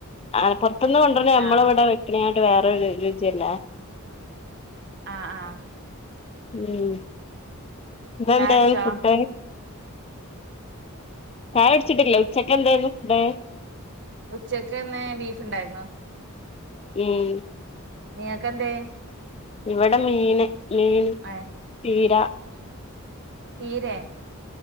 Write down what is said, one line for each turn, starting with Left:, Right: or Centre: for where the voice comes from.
Left: ആഹ് പുറത്തനിന്ന് കൊണ്ടോരണ നമ്മള
Right: ആ
Left: ഇവിടെ വെക്കണായിട്ട് വേറൊരു രുചിയല്ല
Right: ആഹ് ആഹ്
Left: ഉം ഇന്ന്എന്തേനി
Right: ചായടിച്ചോ
Left: ഫുഡ് ചായ കുടിച്ചിട്ടിലെ ഉച്ചക്ക് എന്തേനി ഫുഡ്
Right: ഉച്ചക്ക്ന്ന് ബീഫ് ഉണ്ടായിരുന്നു
Left: ഉം
Right: നിങ്ങൾക്ക് എന്തേ
Left: ഇവിടെ മീന് മീൻ
Right: ഏ
Left: തീര
Right: പിരെ